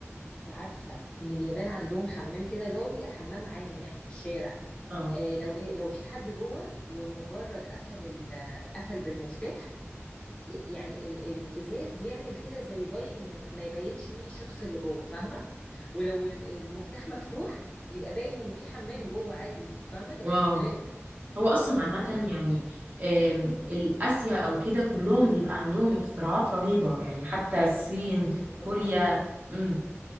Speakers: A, on the left; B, on the right.
A: انت عارفه ان اليابان عندهم حمام كده اللي هو بيبقى حمام عام يعني في الشارع
B: اه
A: آه لو لو في حد جوه ومجرد قفل ال... قفل بالمفتاح ي- يعني ال... الازاز يعمل كده زي ضي ان ما يبينش مين الشخص اللي جوه فاهمه ولو ال- المفتاح مفتوح يبقى باين ان في حمام جوه عادي فاهمه يبقى
B: واو
A: شفاف
B: هو اصلا عامة
A: فاهمه؟
B: يعني آم، الاسيا او كده كلهم بيبقى عندهم اختراعات رهيبة يعني حتى الصين
A: فظاع
B: كوريا امم